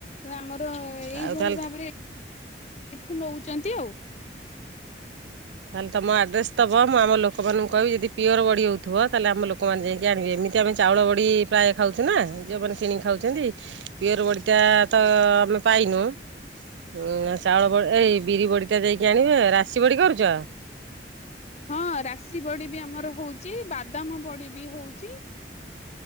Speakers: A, on the left; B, on the right.
A: ଆମର ଏଇଭଳି
B: ଆଉ ତାହେଲେ
A: ଭାବରେ ଏଠୁ ନଉଛନ୍ତି ଆଉ।
B: ତାହେଲେ ତମ ଆଡ୍ରେସ ଦବ ମୁଁ ଆମ ଲୋକମାନଙ୍କୁ କିହିବି ଯଦି ପିଓର ବଡି ହଉଥିବ ତାହେଲେ ଆମ ଲୋକମାନେଙ୍କୁ ଯାଇକି ଆଣିବେ ଏମିତି ଆମେ ଚାଉଳ ବଡ଼ି ପ୍ରାୟ ଖାଉଛୁ ନା ଯେଉଁମାନେ କିିଣିକି ଖାଉଛନ୍ତି। ପିଅର ବଡି ଟା ତ ଆମେ ପାଇନୁ। ଉଁ ଚାଉଳ ବ ଏଇ ବିରି ବଡି ଟା ଦେଇକି ଆଣିବେ ରାଶି ବଡି କରୁଛ?
A: ହଁ ରାଶି ବଡି ବି ଆମର ହଉଛି ବାଦାମ ବଡି ବି ହଉଛି।